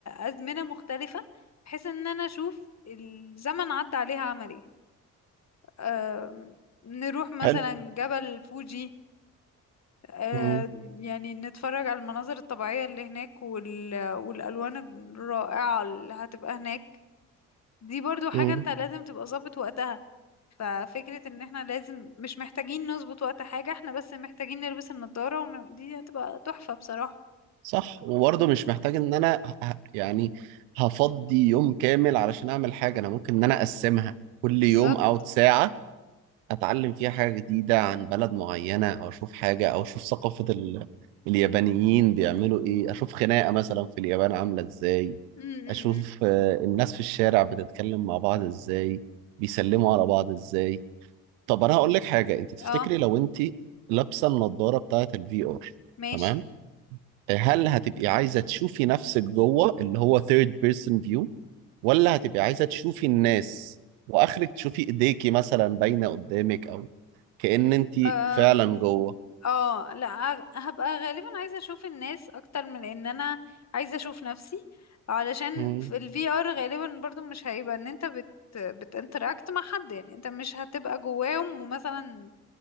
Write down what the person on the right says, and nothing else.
حلو
مم.
مم.
صح وبرضه مش محتاج ان انا ه- ه- يعني هفضي يوم كامل علشان اعمل حاجه انا ممكن ان انا اقسمها كل
يوم او ساعه اتعلم فيها حاجه جديده عن بلد معينه او اشوف حاجه او اشوف ثقافه ال... اليابانيين بيعملوا ايه اشوف خناقه مثلا في اليابان عامله ازاي
اشوف
آه، الناس في الشارع بتتكلم مع بعض ازاي بيسلموا على بعض ازاي طب انا هقول لك حاجه انت تفتكري
لو انت لابسه النضاره بتاعه الفي ار
تمام هل هتبقي عايزة تشوفي نفسك جوه اللي هو third person view ولا هتبقي عايزة تشوفي الناس واخرك تشوفي ايديكي مثلا باينة قدامك او كأن انت
فعلا جوه
مم.